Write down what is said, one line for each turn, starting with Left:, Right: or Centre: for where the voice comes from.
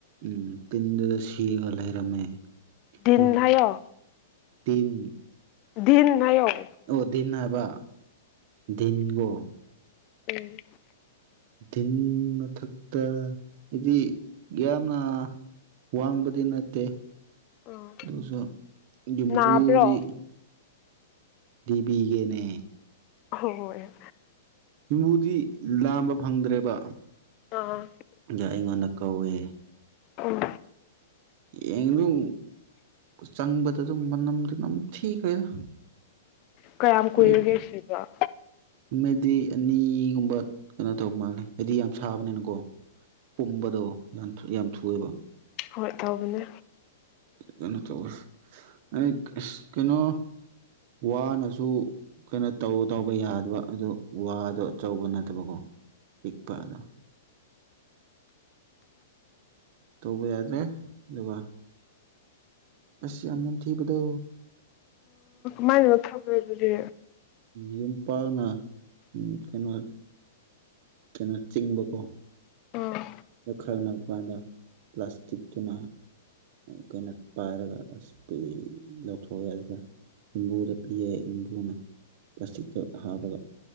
Right: ꯎꯝ ꯇꯤꯟꯗꯨꯗ ꯁꯤꯔꯒ ꯂꯩꯔꯝꯃꯦ ꯑꯗꯨ
Left: ꯤꯟꯌꯣ
Right: ꯇꯤꯟ
Left: ꯗꯟ ꯌꯛ
Right: ꯑꯣ ꯗꯤꯟ ꯍꯥꯏꯕ ꯗꯤꯟꯒꯣ
Left: ꯎꯝ
Right: ꯤꯟ ꯃꯊꯛꯇ ꯍꯥꯏꯗꯤ ꯌꯥꯝꯅ ꯋꯥꯡꯕꯗꯤ ꯅꯠꯇꯦ
Left: ꯑꯥ
Right: ꯣꯁꯥ ꯝꯝꯕꯨꯗꯤ
Left: ꯅꯥꯕ꯭ꯔꯣ
Right: ꯗꯤꯕꯒꯅꯦ
Left: ꯍꯣꯏ
Right: ꯨꯝꯕꯨꯗꯤ ꯂꯥꯝꯕ ꯐꯪꯗ꯭ꯔꯦꯕ
Left: ꯑꯥ
Right: ꯑ ꯑꯩꯉꯣꯟꯗ ꯀꯧꯋꯦ
Left: ꯎꯝ
Right: ꯑ ꯏꯗ ꯎꯝ ꯆꯪꯕꯗ ꯑꯗꯨꯝ ꯃꯅꯝꯗꯨꯅꯝ ꯊꯤꯈ꯭ꯔꯦꯗ
Left: ꯀꯌꯥꯝ ꯀꯨꯏꯔꯒꯦ
Right: ꯑꯩ
Left: ꯁꯤꯕ
Right: ꯎꯗꯤ ꯑꯦꯅꯤꯒꯨꯝꯕ ꯀꯩꯅꯣ ꯇꯧꯕ ꯃꯥꯜꯂꯦ ꯍꯥꯏꯕꯗꯤ ꯌꯥꯝ ꯁꯥꯕꯅꯤꯅꯀꯣ ꯄꯨꯝꯕꯗꯣ ꯌꯥꯝ ꯌꯥꯝ ꯊꯨꯑꯦꯕ
Left: ꯍꯣꯏ ꯇꯧꯕꯅꯦ
Right: ꯀꯩꯅꯣ ꯇ ꯑꯩ ꯀꯩꯅꯣ ꯋꯥꯅꯁꯨ ꯀꯩꯅꯣ ꯇꯧ ꯇꯧꯕ ꯌꯥꯗꯕ ꯑꯗꯨ ꯋꯥꯗꯣ ꯑꯆꯧꯕ ꯅꯠꯇꯕꯀꯣ ꯛꯄꯥꯗ ꯇꯧꯕ ꯌꯥꯗ꯭ꯔꯦ ꯑꯗꯨꯒ ꯑꯁ ꯌꯥꯝ ꯊꯗ
Left: ꯃꯥꯏꯅꯅ ꯊꯕ꯭ꯔꯦ ꯑꯗꯨꯗꯤ
Right: ꯌꯨꯝ ꯄꯥꯛꯅ ꯀꯩꯅꯣ ꯀꯩꯅꯣ ꯆꯤꯡꯤꯡꯕ ꯀꯣ
Left: ꯑꯥ
Right: ꯈꯔꯄꯗ ꯄ꯭ꯂꯥꯁꯇꯤꯛꯛꯇꯅ ꯀꯩꯅꯣ ꯄꯥꯏꯔꯒ ꯑꯁ ꯄꯤ ꯂꯧꯊꯣꯛꯑꯦ ꯑꯗꯨꯒ ꯌꯕꯨꯗ ꯄꯤꯑꯦ ꯌꯕꯨꯅ ꯄ꯭ꯂꯥꯁꯇꯤꯛꯇ ꯍꯥꯞꯕꯒ